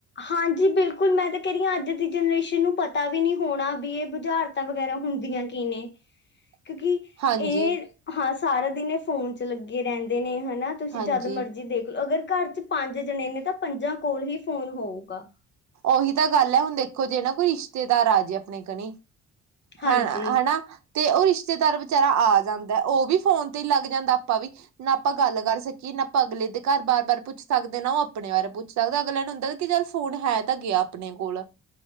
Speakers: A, on the left (about 35°); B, on the right (about 65°).
A: ਹਾਂਜੀ, ਬਿਲਕੁਲ ਮੈਂ ਤਾਂ ਕਹਿ ਰਹੀ ਹਾਂ ਅੱਜ ਦੀ ਜਨਰੇਸ਼ਨ ਨੂੰ ਪਤਾ ਵੀ ਨਹੀਂ ਹੋਣਾ ਵੀ ਇਹ ਬੁਝਾਰ ਤਾਂ ਵਗੈਰਾ ਹੁੰਦੀਆਂ ਕੀ ਨੇ।
B: <unintelligible>
A: ਕਿਉਂਕਿ
B: ਹਾਂਜੀ
A: ਇਹ ਹਾਂ ਸਾਰਾ ਦਿਨ ਇਹ ਫੋਨ ਚ ਲੱਗੇ ਰਹਿੰਦੇ ਨੇ ਹਨਾ। ਤੁਸੀਂ
B: ਹਾਂਜੀ
A: ਜਦ ਮਰਜੀ ਦੇਖ ਲਓ, ਅਗਰ ਘਰ ਚ ਪੰਜ ਜਣੇ ਨੇ ਤਾਂ ਪੰਜਾਂ ਕੋਲ ਹੀ ਫੋਨ ਹੋਊਗਾ।
B: ਉਹੀ ਤਾਂ ਗੱਲ ਹੈ, ਹੁਣ ਦੇਖੋ ਜੇ ਨਾ ਕੋਈ ਰਿਸ਼ਤੇਦਾਰ ਆ ਜੇ ਆਪਣੇ ਕਣੇ
A: ਹਾਂਜੀ
B: ਹੈ, ਹੈਨਾ। ਤੇ ਉਹ ਰਿਸ਼ਤੇਦਾਰ ਵਿਚਾਰਾ ਆ ਜਾਂਦਾ। ਉਹ ਵੀ ਫੋਨ ਤੇ ਲੱਗ ਜਾਂਦਾ ਆਪਾਂ ਵੀ। ਨਾ ਆਪਾਂ ਗੱਲ ਕਰ ਸਕੀਏ ਨਾ ਆਪਾਂ ਅਗਲੇ ਦੇ ਘਰ ਬਾਰ-ਬਾਰ ਪੁੱਛ ਸਕਦੇ ਨਾ ਉਹ ਆਪਣੇ ਬਾਰੇ ਪੁੱਛ ਸਕਦਾ ਅਗਲੇ ਨੂੰ ਹੁੰਦਾ ਕਿ ਚੱਲ ਫੋਨ ਹੈ ਤਾਂ ਗਿਆ ਆਪਣੇ ਕੋਲ।